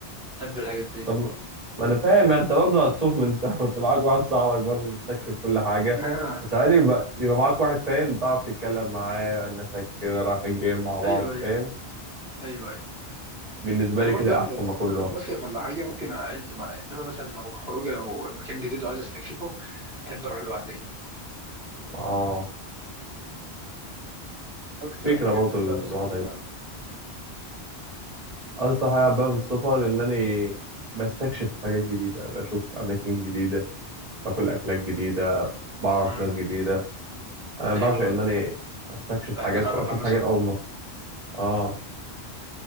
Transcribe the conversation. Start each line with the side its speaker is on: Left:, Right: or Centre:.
Centre: بحب الحاجات دي
Right: طب ما انا فاهم يعني انت برضه هتطوف من انت كنت معاك واحد صاحبك برضه تستكشف كل حاجه
Centre: آه.
Right: بس علي يبقى, يبقى معاك واحد فاهم تعرف تتكلم معاه ناسك كده رايحين جايين مع بعض
Centre: ايوه ايوه
Right: فاهم
Centre: ايوه ايوه
Right: بالنسبه
Centre: انا
Right: لي
Centre: برضو
Right: كده
Centre: يعني
Right: احسن
Centre: لو
Right: ما كله
Centre: لو مصيف ولا حاجه ممكن عائلتي معايا انما مثلا لو خروجه او مكان جديد وعايز استكشفه بحب اروح لوحدي كده
Right: اه
Centre: اكتر
Right: فكره
Centre: حاجه
Right: برضه
Centre: بتحبها
Right: الوضع
Centre: في السفر
Right: يبقى
Centre: يعني
Right: اكتر حاجه بحبها في السفر ان انا بستكشف حاجات جديده بشوف اماكن جديده باكل اكلات جديده بعرف
Centre: أمم،
Right: ناس جديده انا
Centre: ايوه
Right: بعشق ان انا استكشف
Centre: بحب
Right: حاجات
Centre: اتعرف
Right: واشوف
Centre: على الناس
Right: حاجات
Centre: قوي
Right: اول مره اه